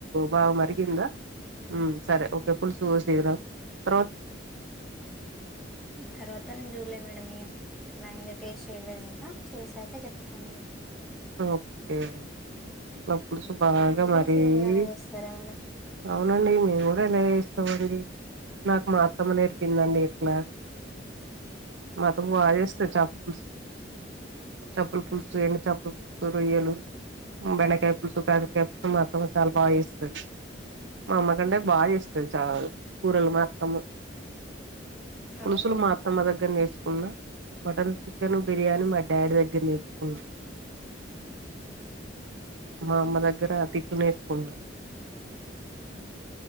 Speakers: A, on the right; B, in the centre.
A: బాగ మరిగిందా ఊ సరే ఓకే ఫుల్సు వోసిరా తర్వా
B: తర్వాత నేన్ జూల్యా మేడం ఇగా ఇలా వుందొ టేస్ట్ చేయ్ లేదు ఇంకా చేసాక జేప్తాన్ మీకు
A: ఓకే లా పులుసు బాగా
B: మీరు
A: మరిగీ
B: కూడా సేమ్ ఇలానే చేస్తారా మేడం
A: అవునండి మేమ్ గుడ ఇలాగే ఏస్తమండి నాకు మాఅత్తమ్మ నేర్పిందండి ఇట్లా మా అత్తమ్మ బాగ్ చేస్తద్ చాపల్ పుల్స్ చాపల్ పుల్సు ఎండు చాప్ లు పుల్సు రొయ్యలు ఆ బెండకాయ పుల్సు కాకరకాయ పుసు మా అత్తమ్మ చాలా బాగేస్తది మా అమ్మ కంటే బాగ్ జేస్తాది చా కూరలు మా అత్తమ్మ పులుసులు
B: అవునా
A: మాత్ త్తమ్మ దగ్గెర నేర్చుకున్నా మటను చికెను బిర్యానీ మా డాడి దగ్గిర నేర్చుకున్నా
B: హూ
A: మా అమ్మ దగ్గెరా తిట్లు నేర్చుకున్న